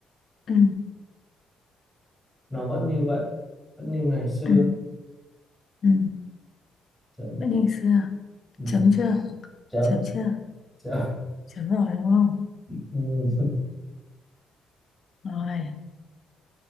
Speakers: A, on the left; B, in the centre.
A: Ừ,
B: nó vẫn như vậy, vẫn như ngày xưa.
A: ừ, ừ.
B: Chấm.
A: Vẫn như ngày xưa.
B: Ừ.
A: Chấm chưa?
B: Chấm.
A: Chấm chưa?
B: Chấm.
A: Chấm rồi đúng không?
B: Ừ.
A: Rồi,